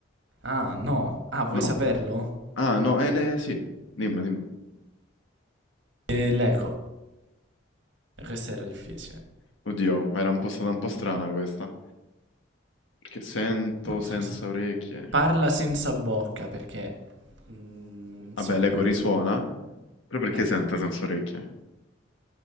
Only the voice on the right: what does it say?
Ah, no. Ah, vuoi
saperlo?
Eh, l'eco. Questa era difficile.
No,
scusa.
Parla senza bocca perché... mm, insomma,
ecco.